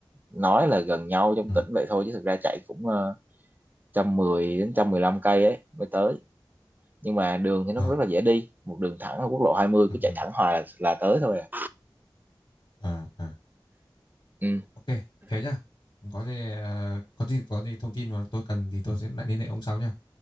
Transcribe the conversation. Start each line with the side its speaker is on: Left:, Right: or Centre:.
Right: nói là gần nhau trong
Left: ừ.
Right: tỉnh vậy thôi chứ thực ra chạy cũng ờ, trăm mười đến trăm mười lăm cây ấy mới tới nhưng mà đường thì nó
Left: À,
Right: cũng rất là dễ đi một đường thẳng ở quốc lộ hai mươi
Left: ừ,
Right: cứ
Left: ừ.
Right: chạy thẳng hoài là, là tới thôi à
Left: À, à.
Right: ừ.
Left: Ok, thế nhá. Có gì ờ, có gì có gì thông tin mà tôi cần thì tôi sẽ lại liên hệ ông sau nhá.